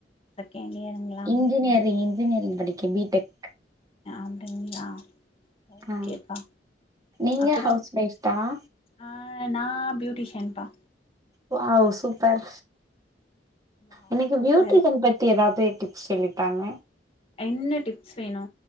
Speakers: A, on the left (about 35°); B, on the right (about 20°).
A: செகண்ட் இயர்ங்
B: இன்ஜினியரிங் இன்ஜினியரிங் படிக்க பி டெக்
A: அப்டிங்ளா ஓகேப்பா
B: ஆ நீங்க
A: அப்பறோ
B: ஹவுஸ் ஒய்ஃப் தானா
A: ஆ நா பியூட்டிஷியன்ப்பா
B: வாவ் சூப்பர்
A: வாவ்
B: இன்னைக்கு
A: சூப்பர்
B: பியூட்டிசன் பத் தி ஏதாவ்து டிப்ஸ் சொல்லி தாங்க
A: என்ன டிப்ஸ் வேணு